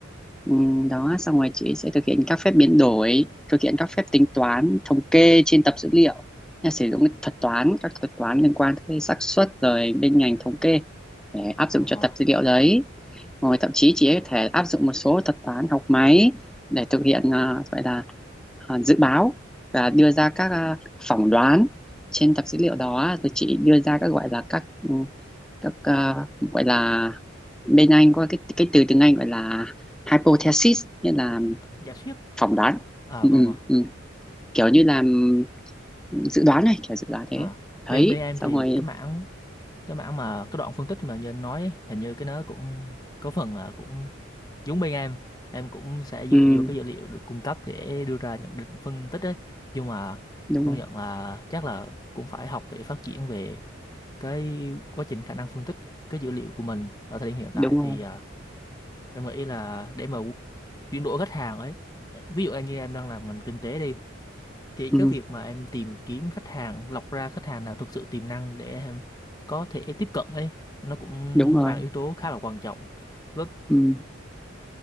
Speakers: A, in the centre; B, on the left (about 20°).
A: Ừ, đó xong rồi chị sẽ thực hiện các phép biến đổi thực hiện các phép tính toán thống kê trên tập dữ liệu Nhà sử dụng cái thuật toán các thuật toán liên quan tới xác suất rồi bên ngành thống kê để áp
B: Ờ,
A: dụng cho tập dữ liệu đấy rồi thậm chí chị ấy có thể áp dụng một số thuật toán học máy để thực hiện à, gọi là à, dự báo và đưa ra các à, phỏng đoán trên tập dữ liệu đó rồi chị đưa ra các gọi là các ừ, các ờ, gọi là bên Anh có cái cái từ tiếng Anh gọi là hypothesis nghĩa là
B: giả thuyết.
A: phỏng đoán
B: À
A: ừ,
B: vâng
A: ừ,
B: mà.
A: ừ. kiểu như là ừm, dự đoán này kiểu dự đoán thế
B: Ờ,
A: thấy
B: bên bên em
A: xong
B: thì
A: rồi
B: cái mảng cái mảng mà cái đoạn phân tích mà như anh nói ấy, hình như cái nó cũng có phần là cũng giống bên em em cũng sẽ dựa
A: ừm,
B: vô cái dữ liệu được cung cấp để đưa ra nhận định phân tích ấy nhưng mà
A: đúng
B: công
A: rồi
B: nhận là chắc là cũng phải học để phát triển về cái quá trình khả năng phân tích cái dữ liệu của mình ở thời điểm hiện
A: đúng
B: tại thì
A: rồi
B: à, em nghĩ là để mà chuyển đổi khách hàng ấy ví dụ như em đang làm ngành kinh tế đi thì
A: ừm,
B: cái việc mà em tìm kiếm khách hàng lọc ra khách hàng nào thực sự tiềm năng để em có thể tiếp cận ấy nó cũng
A: đúng rồi
B: mang yếu tố khá là quan trọng với
A: ừm,